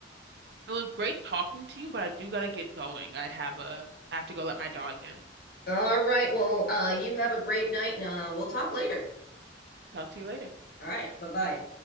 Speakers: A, on the right; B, on the left.
A: It was great talking to you, but I do gotta get going. I have a I have to go let my dog in.
B: All right. Well, uh, you have a great night and uh, we'll talk later.
A: Talk to you later.
B: All right. Bye-bye.